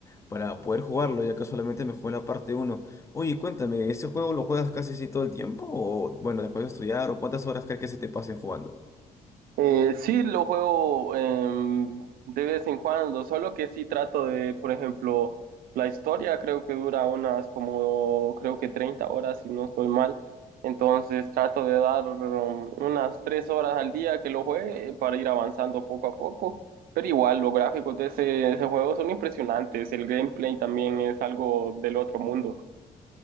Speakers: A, on the left; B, on the right.
A: para poder jugarlo, ya que solamente me jugué la parte uno Oye, cuéntame, ¿ese juego lo juegas casi así todo el tiempo? O bueno, después de estudiar, o cuántas horas crees que se te pasen jugando?
B: Eh, sí, lo juego em, de vez en cuando, solo que sí trato de, por ejemplo, la historia creo que dura unas como, creo que 30 horas, si no estoy mal. Entonces trato de dar um, unas 3 horas al día que lo juegue eh, para ir avanzando poco a poco. Pero igual, los gráficos de ese, ese juego son impresionantes, el gameplay también es algo del otro mundo.